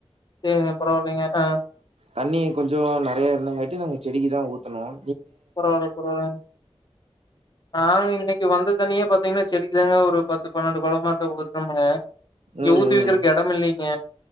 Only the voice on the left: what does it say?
செரிங்க பரவாலிங்க ஆஹ்
பரவால்ல பரவால்ல நாங்க எங்க இங்க இன்னைக்கு வந்த தண்ணியே பாத்தீங்கன்னா செடிக்கு இல்லனா ஒரு பத்து பன்னெண்டு குடோமாட்டு ஊத்தனுங்க இங்க
ஊத்துவெக்கிறக்கு
எட இல்லைங்க